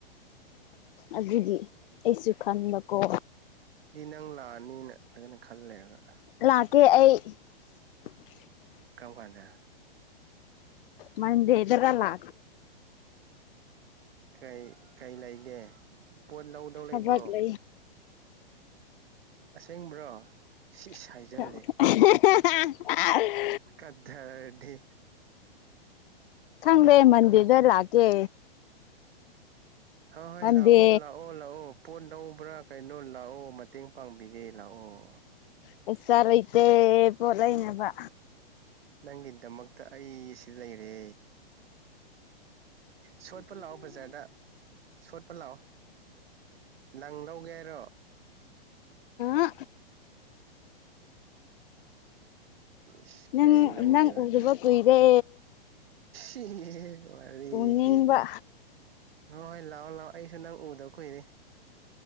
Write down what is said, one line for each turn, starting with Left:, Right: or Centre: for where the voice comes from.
Left: ꯑꯗꯨꯗꯤ ꯑꯩꯁꯨ ꯈꯟꯕꯀꯣ
Right: ꯈꯤꯇꯪ ꯂꯥꯛꯑꯅꯤꯅ ꯐꯖꯅ ꯈꯜꯂꯔꯒ
Left: ꯂꯥꯛꯀꯦ <unintelligible>
Right: ꯀꯥꯎꯒꯥꯟꯗ
Left: ꯃꯗꯦ ꯌꯦꯗꯔꯂꯦ
Right: ꯀꯩ ꯀꯩ ꯂꯩꯒꯦ ꯄꯣꯠ ꯂꯧꯗꯧ
Left: ꯊꯕꯛ
Right: ꯂꯩꯕ꯭ꯔꯣ
Left: ꯂꯩ
Right: ꯑꯁꯦꯡꯕ꯭ꯔꯣ
Left: <unintelligible>
Right: ꯁꯤꯁ ꯍꯥꯏꯖꯜꯂꯦ
Left: <unintelligible>
Right: ꯀꯗꯔꯗꯤ
Left: ꯈꯪꯗꯦ ꯃꯟꯗꯦꯗ ꯂꯥꯛꯀꯦ
Right: ꯍꯣꯏ ꯍꯣꯏ
Left: ꯃꯟꯗꯦ
Right: ꯂꯥꯛꯑꯣ ꯂꯥꯛꯑꯣ ꯂꯥꯛꯑꯣ ꯄꯣꯠ ꯂꯧꯕ꯭ꯔꯥ ꯀꯩꯅꯣ ꯂꯥꯛꯑꯣ ꯃꯇꯦꯡ ꯄꯥꯡꯕꯤꯒꯦ ꯂꯥꯛꯑꯣ
Left: ꯄꯩꯁꯥ ꯂꯩꯇꯦ ꯄꯣꯠ ꯂꯩꯅꯕ
Right: ꯅꯪꯒꯤꯗꯃꯛꯇ ꯑꯩ ꯁꯤꯗ ꯂꯩꯔꯦ ꯁꯣꯠꯄ ꯂꯥꯛꯑꯣ ꯕꯖꯥꯔꯗ ꯁꯣꯠꯄ ꯂꯥꯛꯑꯣ ꯂꯪ ꯂꯧ ꯒꯦ ꯍꯥꯏꯔꯣ
Left: ꯑ
Right: ꯏꯁ
Left: ꯅꯪ
Right: ꯀꯩ ꯂꯧꯗꯣꯏꯕ
Left: ꯅꯪ ꯎꯗꯥꯕ
Right: ꯑꯗꯤ
Left: ꯀꯨꯏꯔꯦ
Right: <unintelligible> ꯋꯥꯔꯤꯗꯤ
Left: ꯎꯅꯤꯡꯕ
Right: ꯍꯣꯏ ꯍꯣꯏ ꯂꯥꯛꯑꯣ ꯂꯥꯛꯑꯣ ꯑꯩꯁꯨ ꯅꯪ ꯎꯗꯥ ꯀꯨꯏꯔꯦ